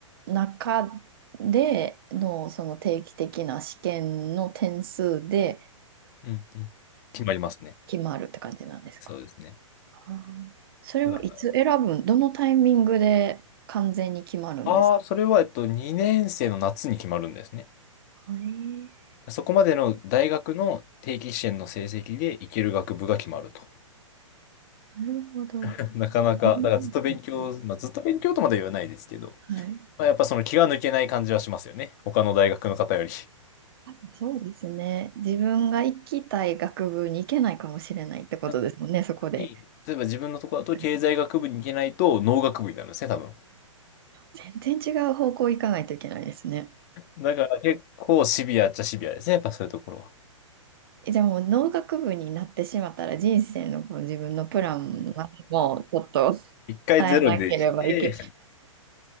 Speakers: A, on the right; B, on the left.
A: 中でのその定期的な試験の点数で
B: うんうん、決まりますね。
A: 決まるって感じなんですか
B: そうですね。
A: あーそれはいつ選ぶん、
B: だ
A: どのタイミングで完全に決まるんですか
B: ああ、それは、えっと、2年生の夏に決まるんですね。
A: えー、
B: そこまでの大学の定期試験の成績で行ける学部が決まると。
A: なるほど。
B: <laughs> なかなか、
A: じゃあ占いと
B: だからずっと勉強、まあ、ずっと勉強とまでは言わないですけど、
A: はい。
B: まあ、やっぱその気が抜けない感じはしますよね。他の大学の方より。
A: あそうですね。自分が行きたい学部に行けないかもしれないってことですもんね、
B: なんか
A: そこで。
B: いい例えば自分のところだと経済学部に行けないと農学部になるんですね、
A: はい
B: 多分。
A: 全然違う方向行かないといけないですね。
B: だから結構シビアっちゃシビアですね、やっぱそういうところは。
A: えじゃあもう農学部になってしまったら人生のこう自分のプランはもうちょっと
B: 一回ゼロでして、
A: 変えなければいけない。